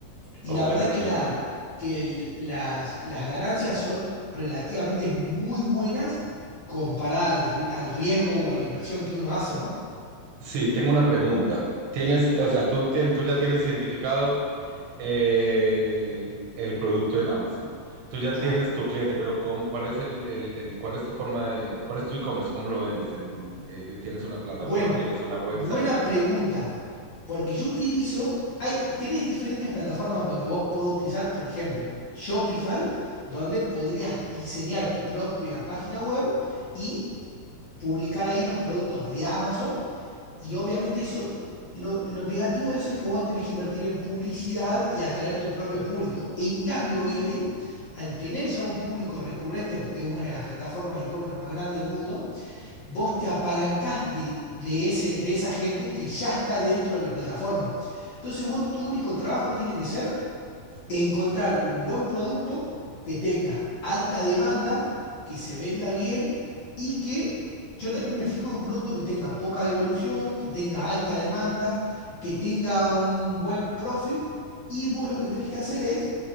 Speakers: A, on the left (about 70°); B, on the right (about 80°).
A: Y
B: ok.
A: la verdad que, la, que el- las, las ganancias son relativamente muy buenas comparada al, ri- al riesgo o a la inversión que uno hace, ¿no?
B: Sí, tengo una pregunta. Tienes,
A: Sí.
B: o sea, tú, tien- tú ya tienes identificado eh, el, el producto en Amazon. Tú ya
A: Claro.
B: tienes tu cliente, pero ¿cómo- cuál es el, el- el- cuál es tu forma de, cuál es tu e-commerce? ¿Cómo lo vendes? En- en, eh, ¿tienes una plataforma?
A: Bueno,
B: ¿Tienes una website?
A: buena
B: ¿Tienes
A: pregunta,
B: algo?
A: porque yo utilizo, hay, tenés diferentes plataformas donde vos podés utilizar, por ejemplo, Shopify, donde podrías diseñar tu propia página web y publicar ahí los productos de Amazon. Y obviamente eso, lo, lo negativo de eso es que vos tenés que invertir en publicidad y atraer tu propio público. En cambio, eBay, al tener ya un público recurrente, porque es una de las plataformas de e-commerce más grandes del mundo, vos te apalancás de, de ese, de esa gente que ya está dentro de la plataforma. Entonces vos tu único trabajo tiene que ser encontrar un buen producto que tenga alta demanda, que se venda bien y que yo también me fijo en un producto que tenga poca devolución, que tenga alta demanda, que tenga un buen profit y vos lo que tenés que hacer es